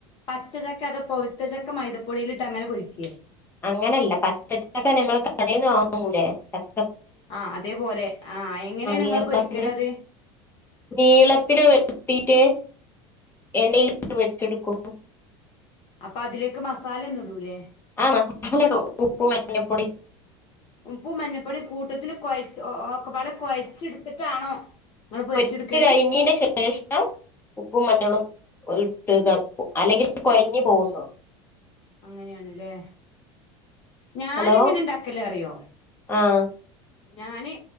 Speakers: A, on the left; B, on the left.
A: പച്ച ചക്കെ അതോ പൊഴുത്ത ചക്ക മൈദപ്പൊടിയിലിട്ട് അങ്ങനെ പൊരിക്കേ?
B: അങ്ങനെയല്ല പച്ചച്ചക്കെ ഞങ്ങൾ കടന്ന് വാങ്ങൂലെ ചക്ക
A: ആ അതേപോലെ ആഹ് എങ്ങനെയാണ് നിങ്ങള്
B: നീളത്തില്
A: പൊരിക്കൽ അത്?
B: നീളത്തില് വെ ട്ടീട്ട് എണ്ണയിലൊട്ട് പൊരിച്ചെടുക്കും.
A: അപ്പൊ അതിലേക്ക് മസാല ഒന്നും ഇടൂലേ?
B: ആ മസാലടും ഉപ്പും മഞ്ഞപ്പൊടി
A: ഉപ്പും മഞ്ഞപ്പൊടിയും കൂട്ടത്തിൽ കൊഴച്ച് ഓ ഒക്കെപ്പാടെ കൊഴച്ചെടുത്തിട്ടാണോ? നിങ്ങൾ പൊരിച്ചെടുക്കല്
B: പൊരിച്ച കഴിഞ്ഞീന്റെ ശേഷം ഉപ്പും മഞ്ഞളും ഇട്ട് ഇതാക്കും അല്ലെങ്കില് കൊഴഞ് പോകുതോന്ന്ണ്
A: അങ്ങനെയണ്ല്ലേ ഞാന്
B: ഹലോ
A: എങ്ങനെ ഇണ്ടാക്കല് അറിയോ?
B: ആഹ്
A: ഞാന്